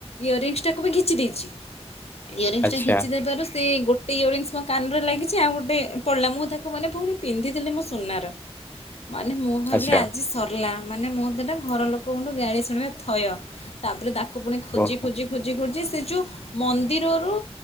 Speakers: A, on the left; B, on the left.
A: ଇୟରରିଙ୍ଗସ୍ ଟାକୁ ବି ଖିଚି ଦେଇଛି। ଇୟରିଙ୍ଗସ୍
B: ଆଚ୍ଛା
A: ଟାକୁ ଖିଚି ଦେବାରୁ ସେ ଗୋଟେ ଇୟରିଙ୍ଗସ୍ ମୋ କାନ ରେ ଲାଗିଛି ଆଉ ଗୋଟେ ପଡ଼ିଲା ମୁଁ ତାକୁ ମୁଁ ମାନେ ଭଉଣୀ ପିନ୍ଧିଥିଲି ମୁଁ ସୁନାର ମାନେ ମୁଁ ଭାବିଲି
B: ଆଚ୍ଛା
A: ଆଜି ସରିଲା ମାନେ ମୁଁ ସେଇଟା ଘର ଲୋକଙ୍କଠୁ ଗାଳି ଶୁଣିବା ଥୟ। ତାପରେ ତାକୁ ପୁଣି ଖୋଜି
B: ଓହୋ
A: ଖୋଜି ଖୋଜି ଖୋଜି ସେ ଯେଉଁ ମନ୍ଦିରରୁ